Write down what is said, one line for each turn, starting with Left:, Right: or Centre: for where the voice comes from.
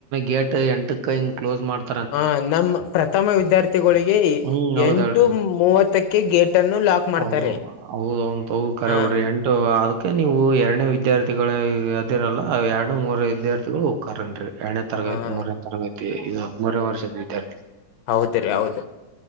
Right: ಗೇಟ್ ಎಂಟಕ ಹಿಂಗ ಕ್ಲೋಸ್ ಮಾಡ್ತ
Left: ಹ ನಮ್ಮ ಪ್ರಥಮ ವಿದ್ಯಾರ್ಥಿಗಳಿಗೆ
Right: ಹ್ಮ್ ಹೌದಲ್ರಿ
Left: ಎಂಟು ಮೂವತ್ತಕ್ಕೆ ಗೇಟ್ ಅನ್ನು ಲಾಕ್ ಮಾಡ್ತಾರೆ
Right: ಹೌ ಹೌದೌಂ ಹೌದ್ ಕರೆ
Left: ಹಾ
Right: ಬಿಡ್ರಿ ಎಂಟು ಅದ ಕೆ ನೀವು ಎರಡನೇ ವಿದ್ಯಾರ್ಥಿಗಳ ಅದಿರಲ್ಲ ಎರಡು ಮೂರ ವಿದ್ಯಾರ್ಥಿಗಳು ಹೋಗ್ಕಾರೇನ್ರಿ ಎರಡನೇ ತರಗತಿ
Left: ಹ
Right: ಮೂರನೇ ತರಗತಿ ಇದು ಮೂರನೆ ವರ್ಷದ ವಿದ್ಯಾರ್ಥಿ.
Left: ಹೌದ ರೀ ಹೌದ.